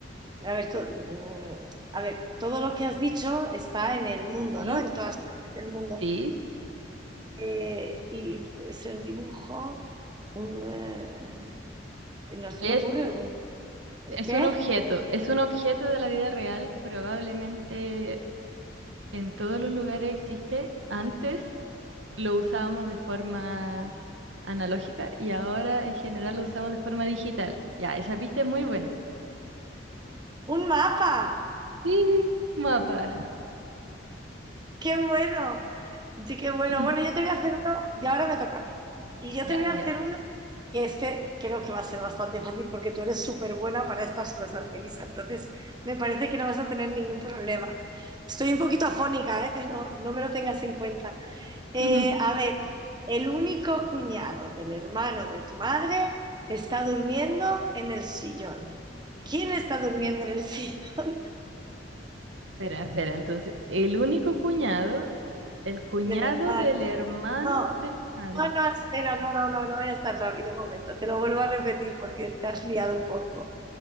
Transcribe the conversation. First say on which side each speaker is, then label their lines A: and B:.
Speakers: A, on the right; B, on the right.
A: a ver, to- mm, a ver, todo lo que has dicho está en el mundo,
B: Sí,
A: ¿no? En todas partes del mundo.
B: sí.
A: Eh, y puede ser un dibujo, un, eh, no se
B: Es,
A: me ocurre, un,
B: es
A: ¿qué?
B: un objeto, es un objeto de la vida real, probablemente en todos los lugares existe. Antes lo usábamos de forma analógica y ahora en general lo usamos de forma digital. Ya, esa pista es muy buena.
A: Un mapa,
B: Sí, mapa. <laughs>
A: qué bueno, Sí, qué bueno.
B: Ujú.
A: Bueno, yo te voy a hacer uno, y ahora me toca a mí. Y yo
B: Ya,
A: te voy a
B: ya.
A: hacer uno que este creo que va a ser bastante fácil porque tú eres súper buena para estas cosas, Melissa. Entonces, me parece que no vas a tener ningún problema. Estoy un poquito afónica, ¿eh? No, no me lo tengas en cuenta.
B: <laughs>
A: Eh,
B: Ujú.
A: a ver, el único cuñado del hermano de tu madre está durmiendo en el sillón. ¿Quién está durmiendo en el sillón
B: Espera, espera. Entonces, el único cuñado, el
A: <laughs>
B: cuñado
A: del hermano?
B: del hermano
A: No,
B: de mi madre.
A: no, no, espera, no, no, no, no es tan rápido un momento. Te lo vuelvo a repetir porque te has liado un poco.